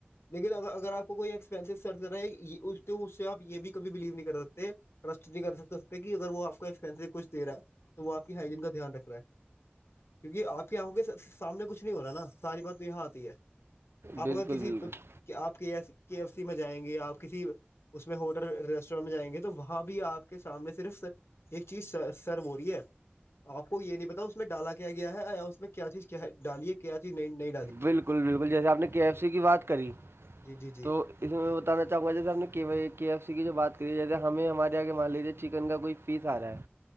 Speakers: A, on the left; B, on the right.
A: لیکن اگر آ کو کوئی ایکسپینسو سرچ کر رہا ہے اس اس سے یہ بھی کبھی بلیو نہیں کر سکتے ٹرسٹ نہیں کر سکتا اس پہ کہ اگر وہ آپ کو ایکسپینسو کچھ دے رہا ہے تو وہ آپ کی ہائیجین کا دھیان رکھ رہا ہے کیونکہ آپ کیا ہوں گے سامنے کچھ نہیں ہو رہا ہے نا ساری بات تو یہاں آتی ہے آپ
B: بالکل
A: اگر کسی
B: بالکل
A: کہ آپ کے ایف سی میں جائیں گے آپ کسی اس میں ہوٹل ریسٹورینٹ میں جائیں گے تو وہاں بھی آپ کے سامنے صرف ایک چیز سرو ہو رہی ہے آپ کو یہ نہیں پتا اس میں ڈالا کیا گیا ہے یا میں کیا چیز کیا ہے ڈالیے کیا چیز نئی نئی
B: بالکل بالکل جیسے آپ نے کے ایف سی کی بات کری
A: جی جی جی
B: تو اس میں بتان چاہوں گا جیسے ہم نے کے کے ایف سی کی جو بات کری ہے جیے ہمیں ہمارے آگے مان لیجیے چکن کا کوئی فیس آ رہا ہے